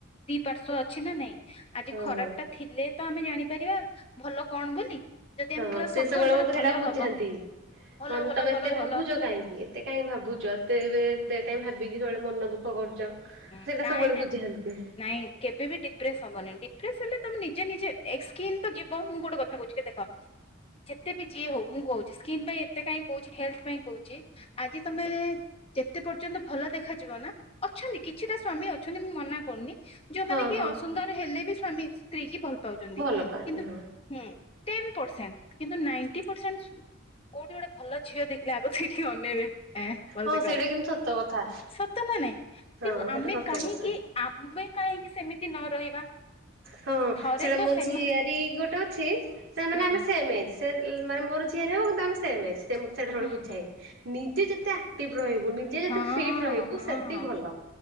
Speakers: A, on the left; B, on the right.
A: ଦି ପାର୍ଶ୍ଵ ଅଛି ନା ନାଇଁ? ଆଜି
B: ହଁ
A: ଖରାପ ଟା ଥିଲେ ତ ଆମେ ଜାଣିପାରିବା ଭଲ କଣ ବୋଲି। ଯଦି
B: ହଁ
A: ଆମେ ପୁରା
B: ସେ
A: ସବୁ
B: ସେବୁବେଳେ
A: ଆମର
B: ମୋତେ ସେଇଟା
A: ଭଲ
B: ବୁଝାନ୍ତି
A: ହବ ଭଲ
B: କୁହନ୍ତି
A: ଭଲ
B: ତମେ
A: ଭଲ
B: ଏତେ ଭାବୁଛ
A: ଭଲ
B: କାହିଁକି ଏ ଏତେ କାହିଁ ଭାବୁଛ ଏତେ <unintelligible> ଏତେ କାହିଁ ଭାବିକି ସେବୁବେଳେ ମନ ଦୁଃଖ କରୁଛ।
A: ହୁଁ
B: ସେଇଟା
A: ନାଇଁ
B: ସବୁବେଳେ
A: ନାଇଁ
B: ବୁଝାନ୍ତି
A: ନାଇଁ କେବେ ବି ଡି ପ୍ରେସ ହବନି ଡିପ୍ରେସ ହେଲେ ତମେ ନିଜେ ନିଜେ ଏ ସ୍କିନ୍ ତ ଯିବ ମୁଁ ଗୋଟେ କଥା କହୁଛି କି ଦେଖ ଯେତେ ବି ଯିଏ ହଉ ମୁଁ କହୁଛି ସ୍କିନ୍ ପାଇଁ ଏତେ କାହିଁ କହୁଛି ହେଲ୍ ଥ ପାଇଁ କହୁଛି ଆଜି ତମେ ଯେତେ ପର୍ଯ୍ୟନ୍ତ ଭଲ ଦେଖାଯିବ ନା ଅଛନ୍ତି କିଛିଟା ସ୍ଵାମୀ ଅଛନ୍ତି ମୁଁ ମନା କରୁନି ଯୋଉମାନେ
B: ହଁ
A: କି
B: ହଁ
A: ଅସୁନ୍ଦର ହେଲେ ବି ସ୍ଵାମୀ ସ୍ତ୍ରୀ କି ଭଲ ପାଉଛନ୍ତି
B: ଭଲ
A: କିନ୍ତୁ
B: ପାଆନ୍ତି ହଁ।
A: ହୁଁ ଟେନ୍ ପର୍ସେଣ୍ଟ କିନ୍ତୁ ନାଇନ୍ ଟି ସୁ କୋଉଠି ଗୋଟେ ଭଲ ଝିଅ ଦେଖିଲେ ଆଗ ସେଇଠି ଅନେଇବେ।
B: ହଁ ସେଇଟା କିନ୍ତୁ ସତ କଥା
A: ସତ ନା ନାଇଁ?
B: ହଁ
A: ତେଣୁ
B: ସେଇଟା
A: ଆମେ
B: ସତ
A: କାହିଁକି
B: କଥା।
A: ଆମେ କାହିଁକି ସେମିତି ନ ରହିବା।
B: ହଁ
A: ଥରେ
B: ସେଟା
A: ତ
B: ମୋ
A: ସେମା
B: ଝିଆରୀ ଗୋଟେ ଅଛି ସେମାନେେ
A: ହୁଁ
B: ଆମେ ସେମ୍ ଏଜ୍। ସେ ଲ୍ ମାନେ ମୋର ଝିଆରି ହବ କିନ୍ତୁ ଆମେ ସେମ୍ ଏଜ୍ ସେ ମତେ ସେଇଟା ସବୁବେଳେ
A: ହୁଁ
B: ବୁଝାଏ।
A: ହୁଁ
B: ନିଜେ ଯେତେ ଆକ୍ଟିଭ୍ ରହିବୁ ନି ଯେ ଯେତେ
A: ହଁ
B: ଫିଟ୍ ରହିବୁ
A: ହଁ
B: ସେତି ଭଲ